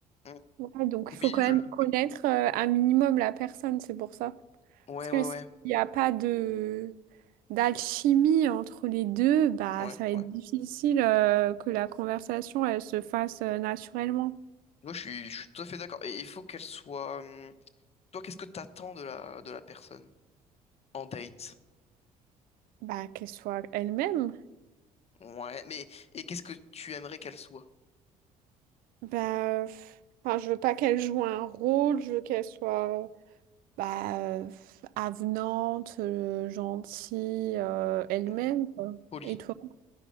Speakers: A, on the left (about 35°); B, on the right (about 50°).
A: Mm.
B: Ouais, donc il faut
A: Oui,
B: quand
A: je...
B: même connaître
A: Oui.
B: euh, un minimum la personne, c'est pour ça.
A: Ouais,
B: Parce que
A: ouais,
B: s'il
A: ouais.
B: n'y a pas de d'alchimie entre les deux, bah
A: Ouais,
B: ça va
A: ouais.
B: être difficile euh, que la conversation elle se fasse euh, naturellement.
A: Moi, je suis, je suis tout à fait d'accord. Et il faut qu'elle soit... euh, Toi, qu'est-ce que t'attends de la, de la personne en date?
B: Bah qu'elle soit elle-même.
A: Ouais, mais et qu'est-ce que tu aimerais qu'elle soit?
B: Bah euh, enfin, je veux pas qu'elle joue un rôle, je veux qu'elle soit euh, bah euh, avenante, euh, gentille euh, elle-même
A: Ouais.
B: quoi.
A: Polie.
B: Et toi?